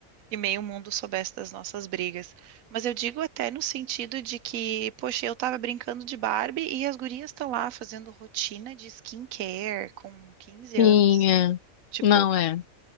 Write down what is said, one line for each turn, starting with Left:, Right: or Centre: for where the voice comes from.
Right: que meio mundo soubesse das nossas brigas. Mas eu digo até no sentido de que, poxa, eu tava brincando de Barbie e as gurias estão lá fazendo rotina de skincare com 15
Left: <laughs> Sim,
Right: anos,
Left: é.
Right: tipo,
Left: Não é.